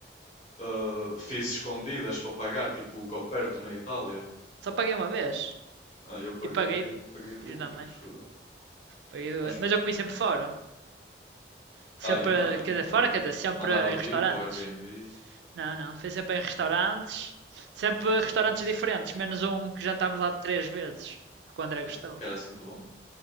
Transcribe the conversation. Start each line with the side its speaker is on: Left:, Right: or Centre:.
Left: uh, fees escondidas para pagar, tipo o Coperto na Itália.
Right: Só paguei uma vez.
Left: Ah, eu paguei,
Right: E paguei,
Left: paguei duas,
Right: fiz da mãe.
Left: acho eu.
Right: Paguei,
Left: Mas
Right: mas eu comi sempre fora. Sempre,
Left: Ah, eu não, eu não.
Right: quer dizer,
Left: Eu
Right: fora,
Left: era...
Right: quer dizer, sempre
Left: mandava vir
Right: em restaurantes.
Left: para o Airbnb.
Right: Não, não, foi sempre em restaurantes. Sempre
Left: Ah, Esquece
Right: restaurantes
Left: lá isso.
Right: diferentes, menos um que jantámos lá de três vezes. Porque o André gostou.
Left: Ass- Que era assim muito bom. O